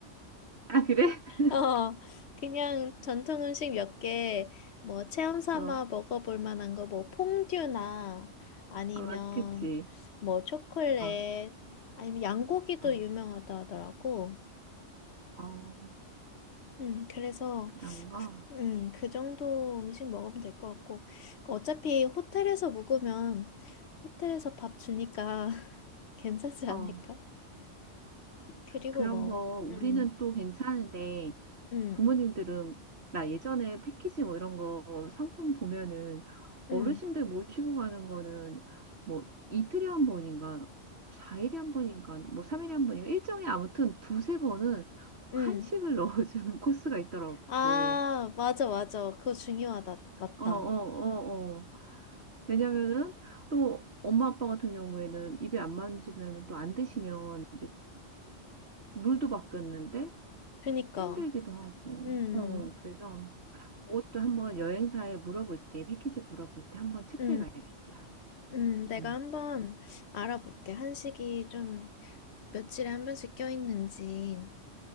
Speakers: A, on the right; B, on the left.
A: 아, 그래? <laughs>
B: 어, 그냥 전통 음식 몇 개, 뭐, 체험 삼아
A: 어.
B: 먹어볼 만한 거, 뭐, 퐁듀나, 아니면,
A: 아, 맞- 그치.
B: 뭐, 초콜릿,
A: 어.
B: 아니면 양고기도
A: 어.
B: 유명하다 하더라고.
A: 어.
B: 음, 그래서,
A: 그런 거?
B: 그, 음, 그 정도 음식 먹으면 될 것 같고. 어차피 호텔에서 묵으면, 호텔에서 밥 주니까 <laughs> 괜찮지
A: 어.
B: 않을까? 그리고
A: 그런
B: 뭐,
A: 거 우리는
B: 음,
A: 또 괜찮은데
B: 음,
A: 부모님들은 나 예전에 패키지 뭐 이런 거 상품 보면은 어르신들
B: 음,
A: 모시고 가는 거는 뭐 이틀에 한 번인가 4일에 한 번인가 뭐 3일에 한 번인가 일정에 아무튼 두세 번은 꼭
B: 음.
A: 한식을 <laughs> 넣어주는 코스가 있더라고.
B: 아,
A: 어,
B: 맞아, 맞아. 그거 중요하다. 맞다.
A: 어, 어, 어. 왜냐면은 또 엄마 아빠 같은 경우에는 입에 안 맞으면 또 안 드시면 이제 물도 바뀌었는데
B: 그니까.
A: 힘들기도 하고.
B: 음,
A: 어, 어. 그래서 그것도 한번 여행사에 물어볼 때, 패키지 물어볼 때 한번 체크해
B: 음,
A: 봐야겠다.
B: 음. 음, 내가
A: 음.
B: 한번 알아볼게. 한식이 좀 며칠에 한 번씩 껴있는지.